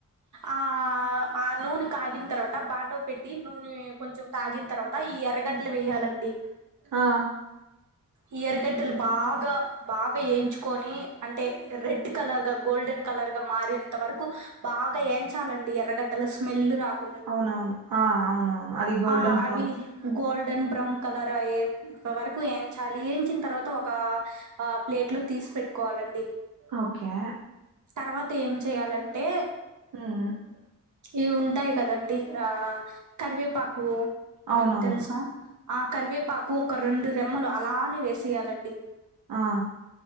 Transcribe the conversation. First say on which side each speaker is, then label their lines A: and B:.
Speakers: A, on the right (about 60°); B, on the right (about 80°).
A: ఆ ఆ నూనె కాగిన తర్వాత బాండవ్ పెట్టి నూనె కొంచెం తగ్గిన్ అ ఈ ఎర్రగడ్డలు వేయాలండి
B: ఆ
A: ఈ ఎర్రగడ్డలు బాగ్ బాగా యేయించుకొని అంటే రెడ్ కలర్ గా గోల్డెన్ కలర్ గా మారేంత వరక్ బాగా యేచాలండి ఎర్రగడ్డలు స్మెల్ రాక్
B: అవునవును ఆ అవునవును అది గోల్డన్
A: ఆ అవి గోల్డెన్ బ్రౌన్ కలర్ అయ్యేంత వరకు ఏంచాలి ఎంచిన్ తర్వాత ఒక ఆ ప్లేట్లొ తీస్ పెట్టుకోవాలన్
B: ఓకే
A: తర్వాత ఏం చెయాలంటే
B: ఉమ్
A: ఇవి ఉంటయయ్ కదండి ఆ కర్వేపాకు
B: అవునవును
A: మీకు తెలుసా ఆ కర్వేపాకు ఒక రెండు రెమ్మలు అలానే వేసేయాలండి
B: ఆ